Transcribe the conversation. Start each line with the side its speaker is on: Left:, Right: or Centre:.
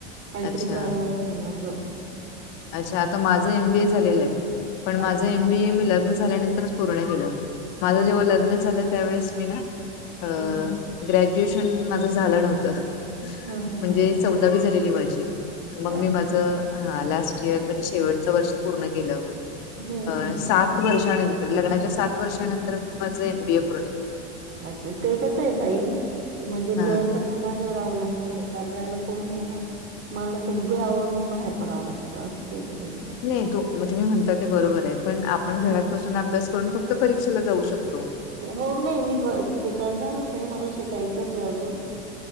Right: काहीतरी
Left: अच्छा
Right: कर म्हणून असं
Left: अच्छा आता माझ एमबीए झालेलं आहे पण
Right: अच्छा
Left: माझं एमबीए मी लग्न झाल्यानंतरच पूर्ण केलं माझं
Right: अच्छा
Left: जेव्हा लग्न झालं त्यावेळेस मी ना अ
Right: ह ह
Left: ग्रॅज्युएशन माझ झालं नव्हतं
Right: ह ह
Left: म्हणजे
Right: ह ह
Left: च दावी झालेली माझी मग मी
Right: अच्छा
Left: माझ हा लास्ट यर म्हणजे शेवट वर्ष पूर्ण केलं
Right: हम्म हम्म
Left: अ सात सात
Right: हम्म.
Left: वर्षानंतर लग्नाच्या सात वर्षानंतर मी माझ एम बी ए पूर्ण केलं
Right: अच्छा ते कसं आहेेत ताई म्हणजे घर
Left: हा
Right: सगळं माझ्यावर अवलंबून आहे करायला कोण नाही ना मला सगळं आवरून मग बाहेर पडावं लागतं असंच गोष्ट
Left: नाही तो मग तुम्ही म्हणता ते बरोबर आहे पण आपण
Right: हम्म.
Left: घरात बसून अभ्यास करून फक्त परीक्षेला जाऊ शकतो
Right: हो नाही मी ते करणारच आहे मला शिकायचंच आहे अजून